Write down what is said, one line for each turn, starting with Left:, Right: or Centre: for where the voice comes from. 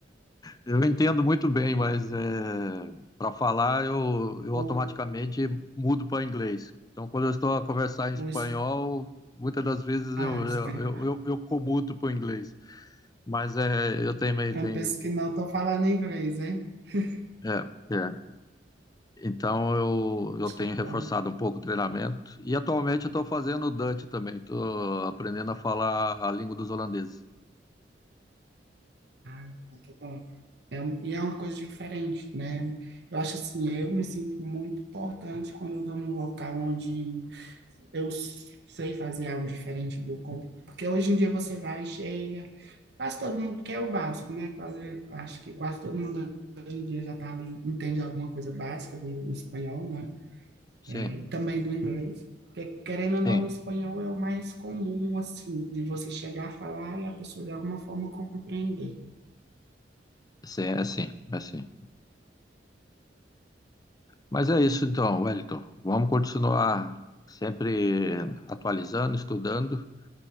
Left: Eu entendo muito bem, mas para falar eu, eu
Right: ou
Left: automaticamente mudo para inglês. Então, quando eu estou a conversar em espanhol,
Right: os
Left: muitas das vezes
Right: Ah,
Left: eu,
Right: espanhol.
Left: eu, eu, eu, eu comuto para o inglês. Mas é, eu também
Right: Quando
Left: tenho.
Right: penso que não, estou falando inglês, hein? <laughs>
Left: É, é. Então, eu, eu tenho
Right: Tá
Left: reforçado
Right: bom.
Left: um pouco o treinamento. E atualmente eu estou fazendo o Dutch também. Estou aprendendo a falar a língua dos holandeses.
Right: Ah, muito bom. É, um- e é uma coisa diferente, né? Eu acho assim, eu me sinto muito importante quando eu estou num local onde eu s- sei fazer algo diferente do... com- Porque hoje em dia você vai e chega, Quase todo mundo, porque é o básico, né? Quase, acho que quase todo mundo hoje em dia já tá ali, entende alguma coisa básica do espanhol, né?
Left: Sim,
Right: É, também do inglês. Porque, querendo ou não,
Left: sim.
Right: o espanhol é o mais comum, assim, de você chegar a falar e a pessoa de alguma forma compreender.
Left: Sim, é sim, é sim. Mas é isso então, Wellington. Vamos continuar sempre atualizando, estudando,